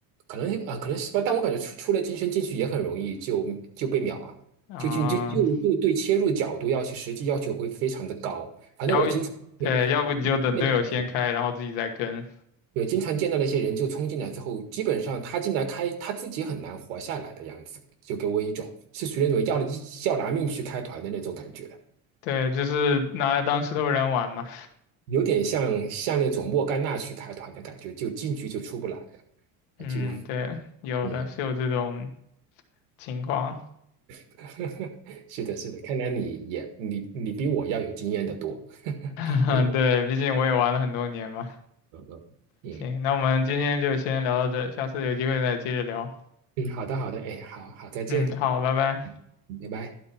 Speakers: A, on the right (about 80°); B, on the left (about 80°).
A: 可能呃可能是吧，但我感觉出出了金身进去也很容易就就被秒啊，
B: <laughs> 啊，
A: 就就就就就对切入角度要求实际要求会非常的高，反正我经常对
B: 要对，要不你就等队友先开，
A: 面对
B: 然后自己再跟，
A: 有经常见到那些人就冲进来之后，基本上他进来开他自己很难活下来的样子，就给我一种是属于那种要了要拿命去开团的那种感觉，
B: 对，就是拿来当石头人玩嘛，
A: 有点像像那种莫甘娜去开团的感觉，就进去就出不来了，
B: 嗯，
A: 啊就
B: 对，有的是有这种
A: 嗯，
B: 情况，
A: <laughs> 是的，是的，看来你也你你比我要有经验的多，<laughs>
B: <laughs>
A: 我一
B: 对，毕竟我也玩了很多年嘛，
A: 嗯嗯嗯
B: 行，那我们今天就先聊到这，下次有机会再接着聊，
A: 嗯，好的好的，哎，好好再见，
B: 嗯，好，拜拜。
A: 嗯拜拜。